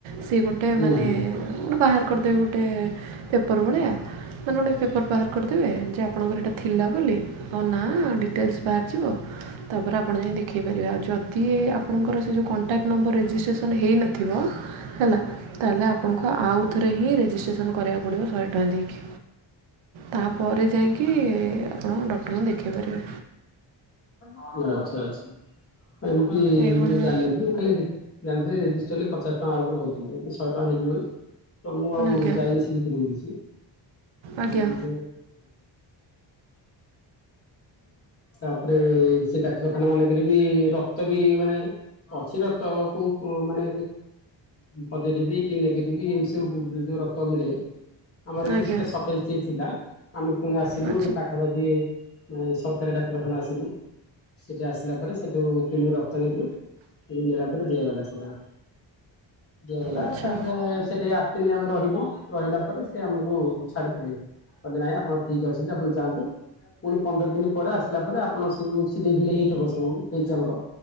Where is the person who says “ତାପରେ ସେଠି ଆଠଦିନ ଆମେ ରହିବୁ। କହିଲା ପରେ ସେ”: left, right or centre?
Left